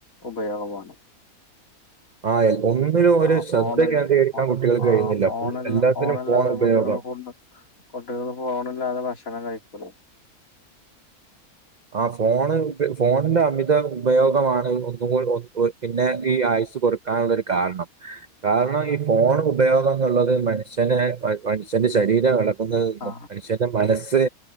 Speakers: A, on the left; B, on the right.
A: ഉപയോഗമാണ്.
B: ആ എൽ- ഒന്നിലും ഒരു
A: ആ
B: ശ്രദ്ധ
A: ഫോണിൽ
B: കേന്ദ്രീകരിക്കാൻ കുട്ടികൾക്ക്
A: ആ
B: കഴിയുന്നില്ല
A: ഫോണല്ല
B: ഫുൾ എല്ലാത്തിനും
A: ഫോണല്ലാതെ
B: ഫോൺ ഉപയോഗം
A: കുട്ടികളെ കൊണ്ട് കുട്ടികള് ഫോണില്ലാതെ ഭക്ഷണം കഴിക്കൂല.
B: ആ ഫോണ് ഇപ്പ ഫോണിന്റെ അമിത ഉപയോഗമാണ് ഒന്നും കൂടി ഒ ഒ പിന്നെ ഈ ആയുസ് കൊറ ക്കാള്ളൊരു കാരണം. കാരണം ഈ ഫോണ് ഉപയോഗം എന്ന് ഇള്ളത് മനുഷ്യന് മനുഷ്യന്റെ ശരീരം എള കുന്നെ എന്നും
A: ആ
B: മനുഷ്യന്റെ മനസ്സ്